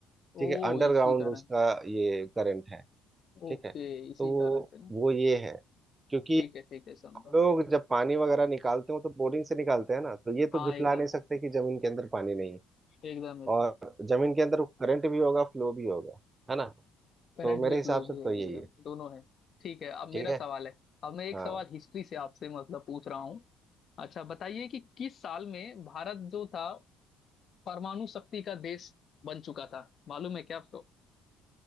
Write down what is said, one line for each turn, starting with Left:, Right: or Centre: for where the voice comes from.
Right: ठीक
Left: ओ
Right: है अंडरग्राउंड
Left: इसी कारण
Right: उसका ये करंट है
Left: ओके
Right: ठीक है
Left: इसी
Right: तो वो
Left: कारण से ना
Right: वो ये है क्योंकि
Left: ठीक है ठीक है समझा
Right: हम लोग जब पानी वगैरह निकालते हो तो बोरिंग से निकालते हैं ना तो ये तो
Left: हाँ
Right: झुटला
Left: एकदम
Right: नहीं सकते कि जमीन के अंदर पानी नहीं है
Left: एकदम एकदम
Right: और जमीन के अंदर करंट भी होगा फ्लो भी होगा है ना
Left: करंट
Right: तो मेरे
Left: भी
Right: हिसाब
Left: फ्लो
Right: से
Left: भी
Right: तो
Left: है
Right: यही
Left: एकदम
Right: है
Left: दोनों है ठीक है अब
Right: ठीक
Left: मेरा
Right: है
Left: सवाल है अब मैं एक
Right: हाँ
Left: सवाल हिस्ट्री से आपसे मतलब पूछ रहा हूँ अच्छा बताइए कि किस साल में भारत जो था परमाणु शक्ति का देश बन चुका था मालूम है क्या आपको